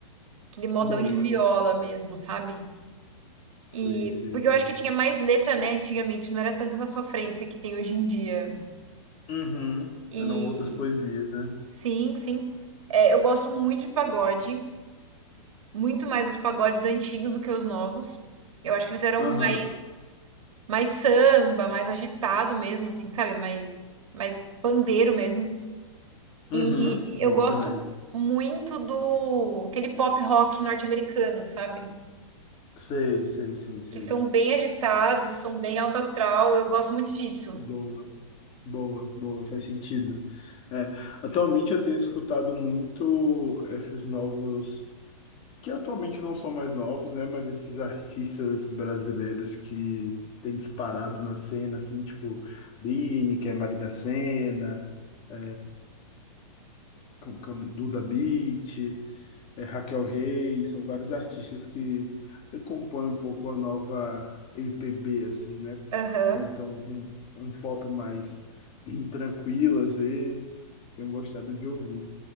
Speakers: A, on the right; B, on the left.
A: aquele modão
B: Boa.
A: de viola mesmo, sabe?
B: Sei,
A: E
B: sei,
A: porque
B: sei.
A: eu acho que tinha mais letra, né, antigamente, não era tanta essa sofrência que tem hoje em dia.
B: Uhum.
A: E
B: Eram outras poesias, né?
A: sim, sim. É, eu gosto muito de pagode, muito mais os pagodes antigos do que os novos. Eu acho que eles eram
B: Aham.
A: mais mais samba, mais agitado mesmo, assim, sabe? Mais mais pandeiro mesmo.
B: Uhum.
A: E eu
B: Bom
A: gosto
B: também.
A: muito do aquele pop rock norte-americano, sabe?
B: Sei, sei, sei, sei.
A: Que são bem agitados, são bem alto astral. Eu gosto muito disso.
B: Boa, boa, boa, faz sentido. É, atualmente eu tenho escutado muito esses novos que atualmente não são mais novos, né? Mas esses artistas brasileiros que têm disparado na cena, assim, tipo Bini, que é Marina Sena, é, com- com Duda Beat, é, Raquel Reis, são vários artistas que compõem um pouco a nova MPB, assim, né?
A: Aham.
B: Cantam um, um pop mais hum, tranquilo às vezes. Tenho gostado de ouvir.